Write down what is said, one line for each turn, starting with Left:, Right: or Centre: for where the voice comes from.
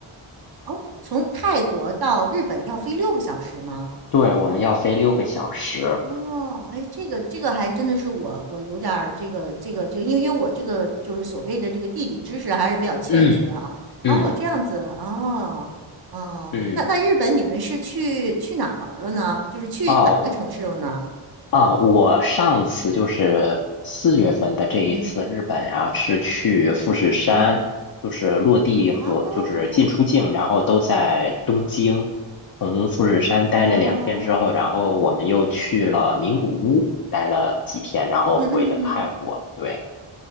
Right: 哦，从泰国到日本要飞六个小时吗？
Left: 对，我们要飞六个小时。
Right: 哦，哎，这个这个还真的是我我有点儿这个这个这个，因为因为我这个就是所谓的这个地理知识还是比较欠缺啊。
Left: 嗯嗯
Right: 哦，这样子，哦哦，
Left: 嗯，
Right: 那那日本你们是去去哪儿玩儿了呢？就是去哪个城市了呢？
Left: 哦。啊，我上次就是四月份的这一次日本啊，
Right: 嗯
Left: 是去富士山，
Right: 嗯，
Left: 就是落地和就是进出境，
Right: 哦
Left: 然后都在东京。从富士山待了两天之后，
Right: 哦，
Left: 然后我们又去了名古屋，待了几天，然后回的泰国。
Right: 嗯嗯嗯。
Left: 对，